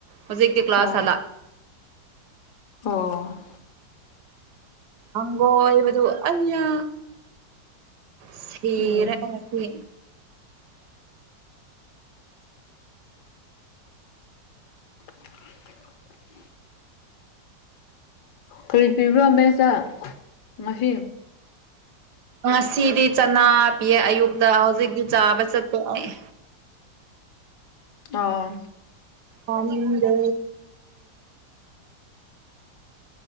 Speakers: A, on the right (about 70°); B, on the left (about 70°).
A: ꯍꯧꯖꯤꯛꯇꯤ ꯀ꯭ꯂꯥꯁ
B: ꯑꯣ
A: ꯑꯂ
B: ꯑꯣ
A: ꯑꯪꯒꯣꯣꯏꯕꯗꯨ ꯑꯌꯥ ꯁꯤꯤꯔꯦꯁꯤ
B: ꯎꯝ <inaudible> ꯀꯔꯤꯠ ꯄꯤꯕ꯭ꯔꯣ ꯃꯦꯁ ꯉꯁꯤ
A: ꯉꯁꯤꯗꯤ ꯆꯅꯥ ꯄꯤꯌꯦ ꯑꯌꯨꯛꯇ ꯍꯧꯖꯤꯛꯇꯤ ꯆꯥꯕ ꯆꯠꯄꯦ ꯑꯩ
B: ꯑꯥ
A: ꯑꯅꯤꯡꯗ